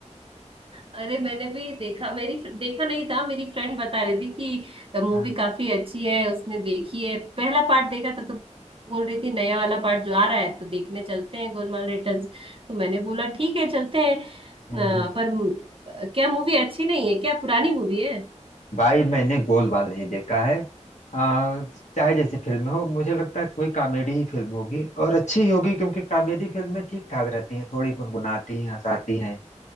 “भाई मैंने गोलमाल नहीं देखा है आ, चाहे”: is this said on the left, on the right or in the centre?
Left